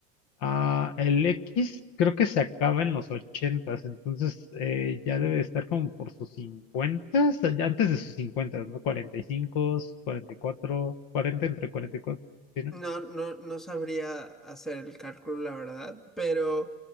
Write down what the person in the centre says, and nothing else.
No, no, no sabría hacer el cálculo, la verdad, pero